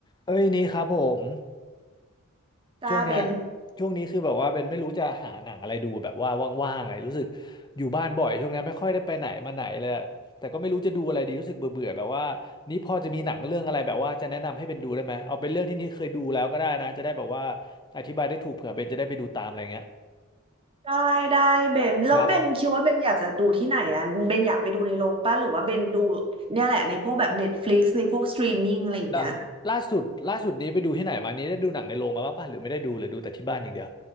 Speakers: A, on the left; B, on the right.
A: เอ้ยนี่ครับผม
B: ได้เบน
A: ช่วงเนี้ยช่วงนี้คือแบบว่าเป็นไม่รู้จะหาหนังอะไรดูแบบว่าว่างๆไงรู้สึกอยู่บ้านบ่อยช่วงเนี้ยไม่ค่อยได้ไปไหนมาไหนเลยอะแต่ก็ไม่รู้จะดูอะไรดีรู้สึกเบื่อๆแบบว่านี่พอจะมีหนังเรื่องอะไรแบบว่าจะแนะนำให้เป็นดูได้ไหมเอาเป็นเรื่องที่นี่เคยดูแล้วก็ได้นะจะได้แบบว่าอธิบายได้ถูกเผื่อเบนจะได้ไปดูตามอะไรเงี้ย
B: ได้ได้เบนแล้วเบนคิดว่าเบนอยากจะดูที่ไหนอ่ะเบนอยากไปดูในโรงป่ะหรือว่าเบนดู
A: ครับ
B: เนี่ยแหละในพวกแบบ
A: อืม
B: Netflix ในพวกสตรีมมิ่งอะไรอย่างเงี้ย
A: แล้วล่าสุดล่าสุดนี้ไปดูที่ไหนมานี้ได้ดูหนังในโรงมาบ้างป่ะหรือไม่ได้ดูหรือดูแต่ที่บ้านอย่างเดียว